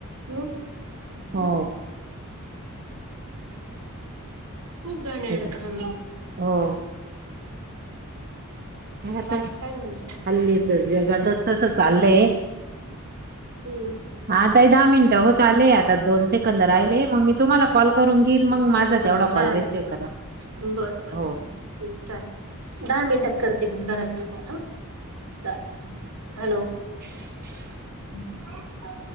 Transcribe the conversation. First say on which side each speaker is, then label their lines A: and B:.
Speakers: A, on the right (about 75°); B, on the right (about 45°).
A: हू हू
B: हो
A: खूप घाणेरड
B: त्याच्या
A: काम
B: हो हे आता
A: बाकी काय म्हणता
B: हल्ली तर जगातच तसं चाललंय
A: हम्म
B: आता हे दहा मिनिटं होत आले आता दोन सेक् कंद राहिले मग मी तुम्हाला कॉल करून घेईल मग
A: बर
B: माझा
A: बर
B: तेवढा
A: चालेल
B: कॉल रिसिव्ह करा
A: बर बर
B: हो
A: हू चालेल दहा मिनटात करते मी करा तुम्ही कॉल हा चालेल हॅलो
B: <inaudible>
A: <inaudible>